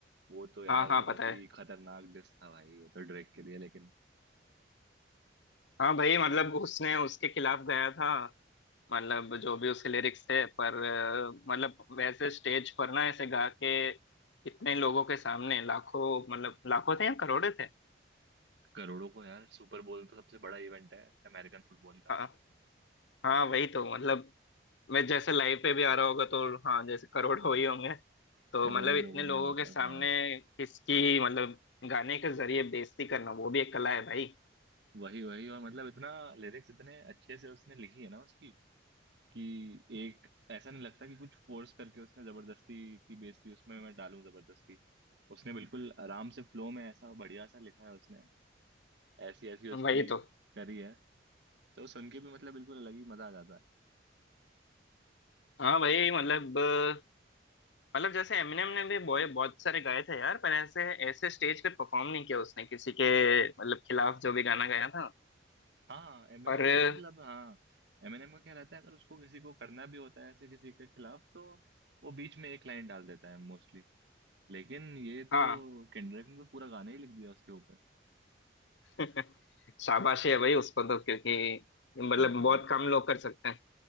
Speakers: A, on the right; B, on the left.
A: वो तो यार
B: हाँ हाँ
A: बहुत
B: पता
A: ही
B: है
A: खतरनाक डिस था भाई वो तो ड्रेक के लिए लेकिन
B: हाँ भाई मतलब उसने उसके खिलाफ गया था मतलब जो भी उसके लिरिक्स थे पर अ, मतलब वैसे स्टेज पर ना ऐसे गा के इतने लोगों के सामने लाखों मतलब लाखों थे या करोड़े थे
A: करोड़ों को यार सुपर बोल तो सबसे बड़ा इवेंट है अमेरिकन फुटबॉल का
B: हाँ हाँ वही तो मतलब मैं जैसे लाइव पे भी आ रहा होगा तो हाँ जैसे करोड़ हो ही होंगे तो
A: करोड़ों
B: मतलब इतने
A: लोगों
B: लोगों
A: ने मतलब
B: के सामने
A: हाँ
B: किसकी मतलब गाने के जरिए बेइज्जती करना वो भी एक कला है भाई
A: वही वही और मतलब इतना लिरिक्स इतने अच्छे से उसने लिखी है ना उसकी कि एक ऐसा नहीं लगता कि कुछ फोर्स करके उसने जबरदस्ती की बेइज्जती उसमें मैं डालूं जबरदस्ती उसने बिल्कुल आराम से फ्लो में ऐसा बढ़िया सा लिखा है उसने ऐसी ऐसी उसकी
B: वही तो
A: करी है तो सुन के भी मतलब बिल्कुल अलग ही मजा आ जाता है
B: हाँ भाई मतलब अ, मतलब जैसे एमिनेम ने भी बॉय बहुत सारे गाए थे यार पर ऐसे ऐसे स्टेज पे परफॉर्म नहीं किया उसने किसी के मतलब खिलाफ जो भी गाना गाया था
A: हाँ एमएनएम
B: पर
A: के
B: अ,
A: मतलब हाँ एमएनएम का क्या रहता है अगर उसको किसी को करना भी होता है ऐसे किसी के खिलाफ तो वो बीच में एक लाइन डाल देता है मोस्टली लेकिन ये तो
B: हाँ
A: केंड्रिक ने तो पूरा गाना ही लिख दिया उसके ऊपर
B: <laughs> शाबाशी है भाई उसको तो क्योंकि मतलब
A: हाँ हाँ
B: बहुत कम लोग कर सकते हैं